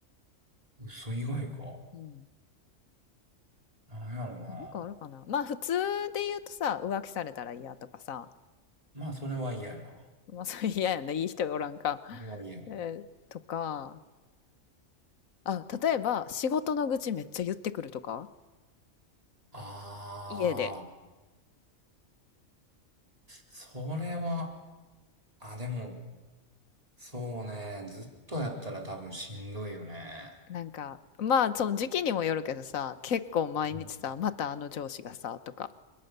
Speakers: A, on the right (about 25°); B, on the left (about 80°).
A: 嘘以外か。
B: うん。
A: なんやろな。
B: なんかあるかな。まあ、普通で言うとさ、浮気されたら嫌とかさ、
A: まあ、それは嫌やな。
B: まあ、それ <laughs> 嫌やな、いい人がおらんか。
A: それは嫌や
B: えーとか、あ、例えば、仕事の愚痴めっちゃ言ってくるとか
A: ああ、
B: 家で。
A: それは、あ、でも、そうね、ずっとやったら多分しんどいよね。
B: なんか、まあ、その時期にもよるけどさ、結構毎日さ、
A: うん
B: またあの上司がさ、とか、っ